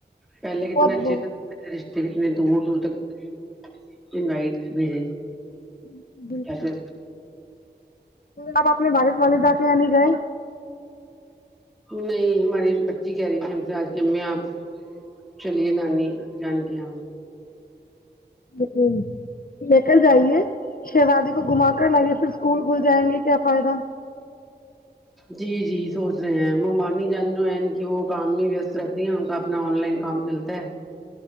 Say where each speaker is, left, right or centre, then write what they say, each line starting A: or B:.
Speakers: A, in the centre; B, on the left.
A: پہلے کتنے
B: بہت
A: اچھے
B: بہت
A: ل رشتے کتنے دور دور تک انوائٹ بھیجے
B: <inaudible> بس
A: کہتے
B: اب اپ نے اپنے والد والدہ سے یہاں نہیں گے
A: نہیں ہماری بچی کہہ رہی تھی ہم سے آج کی امی آپ چلیے نانی جان کے یہاں
B: ج لے کر جائیے شہوادی تو گھما کر لائیے پھر اسکول کھل جائیں گے کیا فائدہ
A: جی جی سوچ رہے ہیں ممانی جان جو ہے ان کی وہ کام میں وست رہتی ہیں ان کا آن لائن کام چلتا ہے